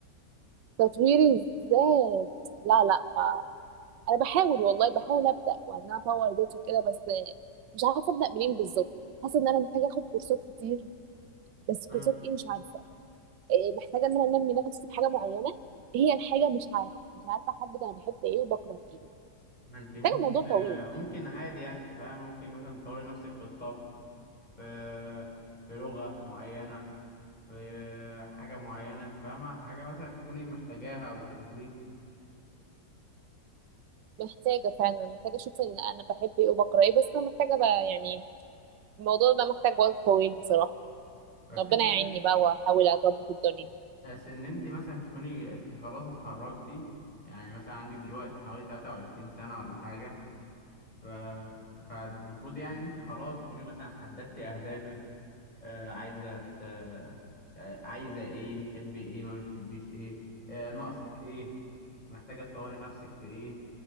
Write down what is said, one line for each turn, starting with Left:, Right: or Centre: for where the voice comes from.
Right: تطوير الذات لا لا ما. انا بحاول والله بحاول ابدا وان انا اطور ذاتي وكده بس مش عارفه ابدا منين بالظبط حاسه ان انا محتاجه اخد كورسات كتير بس
Left: امم
Right: كورسات ايه مش عارفه إيه محتاجه ان انا انمي نفسي في حاجه معينه هي الحاجه مش عارفه مش عارفه احدد انا بحب ايه وبكره ايه
Left: انت ممكن
Right: محتاجه موضوع طويل
Left: آه، ممكن عادي يعني انت فاهمه ممكن مثلا تطوري نفسك في الطبخ في في لغه معينه في حاجه معينه انت فاهمه حاجه مثلا تكوني محتاجاها او بتحبيها
Right: محتاجه فعلا محتاجه اشوف ان انا بحب ايه وبكره ايه بس انا محتاجه بقى يعني الموضوع ده محتاج وقت طويل بصراحه
Left: بس
Right: ربنا
Left: انت يعني،
Right: يعيني بقى واحاول اظبط الدنيا
Left: بس ان انت مثلا تكوني انت خلاص اتخرجتي يعني مثلا عندك دلوقتي حوالي 23 سنه ولا حاجه ف... فالمفروض يعني انت خلاص تكوني مثلا حددتي اهدافك آه عايزه ت... آه عايزه ايه بتحبي ايه ما بتحبيش ايه آه ناقصك ايه محتاجه تطوري نفسك في ايه